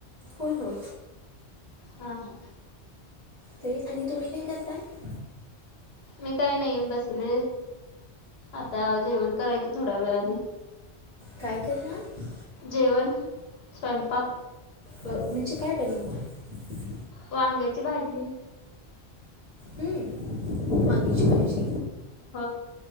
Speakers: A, on the right; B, on the left.
A: हो, हो.
B: आ, हा.
A: ते आणि तुम्ही काय करताय?
B: मी काही नाही बसलेय, आता जेवण करायचं थोड्या वेळाने.
A: काय करणान?
B: जेवण, स्वयंपाक.
A: अं, म्हणजे काय बनवणार?
B: वांग्याची भाजी.
A: हम्म, वांग्याची भाजी.
B: ह,